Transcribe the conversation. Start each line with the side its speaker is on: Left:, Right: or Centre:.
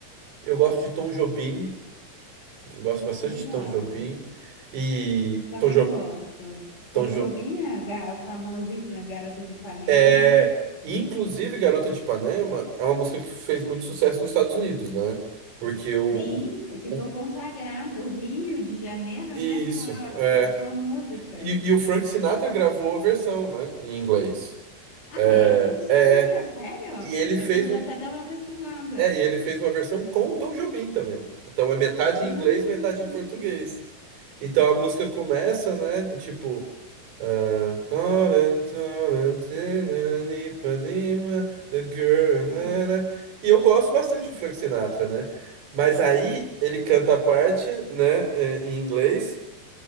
Right: eu gosto de Tom Jobim, eu
Left: Ah,
Right: gosto bastante
Left: legal.
Right: de Tom Jobim. E
Left: Também
Right: Tom, jo,
Left: gosto. Tom
Right: Tom Jobim.
Left: Jobim, a ga- famosíssima Garota de Ipanema.
Right: É, e inclusive Garota de Ipanema é uma música que fez muito sucesso nos Estados Unidos, né? Porque o,
Left: Sim,
Right: o,
Left: e ficou
Right: o-
Left: consagrado o Rio de Janeiro,
Right: isso,
Left: né? Com a, su-
Right: é.
Left: com a música.
Right: E, e o Frank Sinatra gravou a versão, né, em inglês.
Left: Ah,
Right: É,
Left: é? Não sabia,
Right: é,
Left: sério?
Right: e ele
Left: Depois
Right: fez
Left: eu vou
Right: um,
Left: até dar uma pesquisada.
Right: é, e ele fez uma versão com o Tom Jobim também. Então é metade
Left: Ai,
Right: em inglês, metade
Left: que chique.
Right: em português. Então a música começa, né, do tipo Uh, Florentina, Ipanema, The Girl. na,
Left: Ah,
Right: na. E eu gosto bastante do Frank Sinatra, né? Mas aí ele canta a parte, né, é, em inglês,